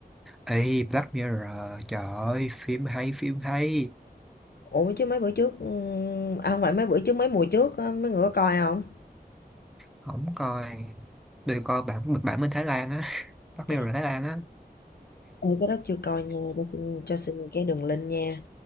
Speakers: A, in the centre; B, on the left.
A: ê Black Mirror trời ơi phim hay phim hay
B: Ủa chứ mấy bữa trước, ừm, à không phải mấy bữa trước, mấy mùa trước á, mấy người có coi không?
A: không coi tôi coi bản bản bên Thái Lan á <laughs> Black
B: Trời
A: Mirror Thái Lan á
B: ơi, cái đó chưa coi nha, cho xin, cho xin cái đường link nha.